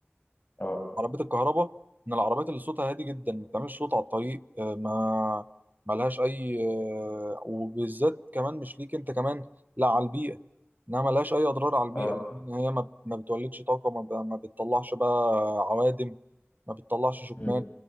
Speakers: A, on the left (about 35°); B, on the right (about 40°).
A: اه
B: عربية الكهرباء من العربيات اللي صوتها هادي جدا ما بتعملش صوت على الطريق آه، ما ملهاش أي آه، وبالذات كمان مش ليك أنت كمان لا على البيئة إنها ملهاش أي أضرار على البيئة
A: اه
B: لأن هي ما ما بتولدش طاقة ما ب- ما بتطلعش بقى عوادم ما بتطلعش شكمان
A: امم